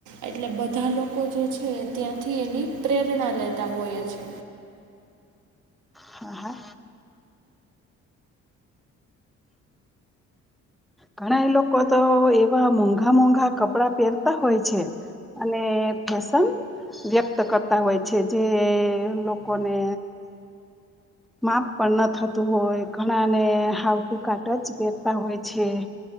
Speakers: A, on the right; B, in the centre.
A: એટલે બધા લોકો જે છે ત્યાંથી એની પ્રેરણા લેતા હોય છે.
B: હા હા ઘણા એ લોકો તો એવા મોંઘા મોંઘા કપડા પહેરતા હોય છે. અને ફેસન વ્યક્ત કરતા હોય છે જે લોકોને માપ પણ ન થતું હોય ઘણા ને હાવ ટૂંકા ટચ કરહેરતા હોય છે.